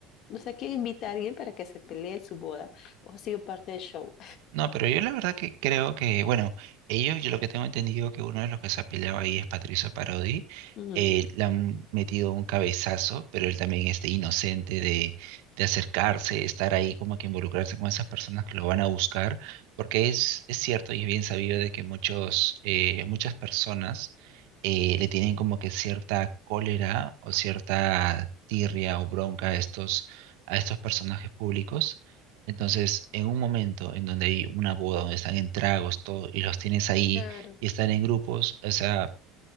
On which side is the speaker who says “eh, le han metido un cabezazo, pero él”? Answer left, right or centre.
Right